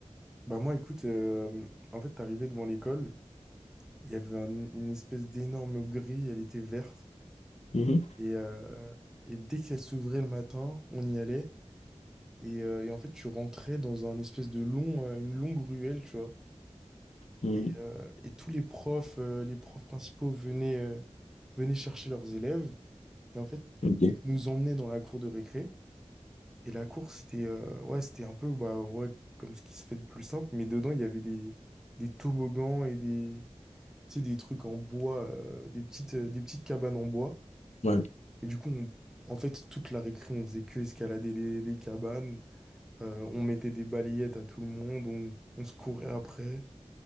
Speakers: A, in the centre; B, on the left.
A: Bah moi, écoute, euh, en fait, t'arrivais devant l'école, il y avait un- une espèce d'énorme grille, elle était verte,
B: Mhm,
A: et, euh, et dès qu'elle s'ouvrait le matin, on y allait, Et, euh, et en fait, tu rentrais dans un espèce de long, euh, une longue ruelle, tu vois.
B: mhm,
A: Et, euh, et tous les profs, euh, les profs principaux venaient, euh, venaient chercher leurs élèves. Et en fait,
B: Ok.
A: ils nous emmenaient dans la cour de récré. Et la cour, c'était euh, ouais, c'était un peu bah, ouais, comme ce qui se fait de plus simple. Mais dedans, il y avait des, des toboggans et des, tu sais, des trucs en bois, euh, des petites, euh, des petites cabanes en bois.
B: Ouais.
A: Et du coup, on- en fait, toute la récré, on faisait que escalader les, les cabanes. Euh, on mettait des balayettes à tout le monde, on, on se courait après.